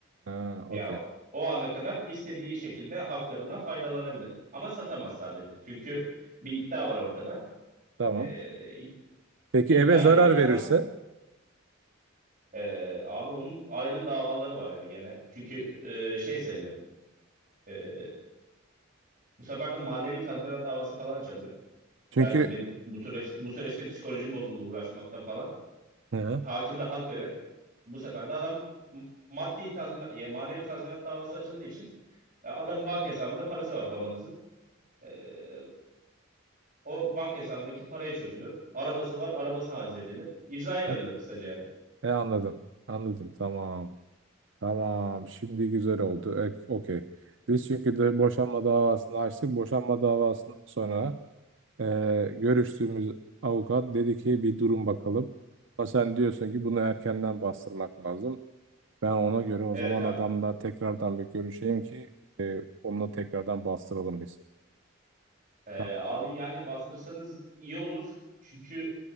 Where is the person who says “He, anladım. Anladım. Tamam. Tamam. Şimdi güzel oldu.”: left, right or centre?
Right